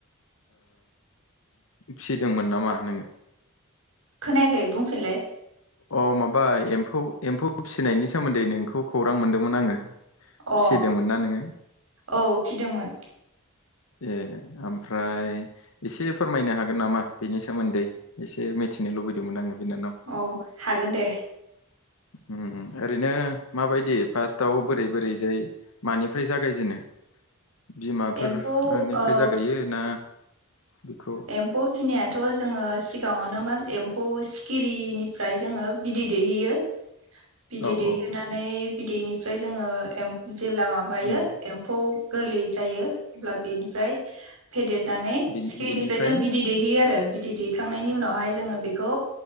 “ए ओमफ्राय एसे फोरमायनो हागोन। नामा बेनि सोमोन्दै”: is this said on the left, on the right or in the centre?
Left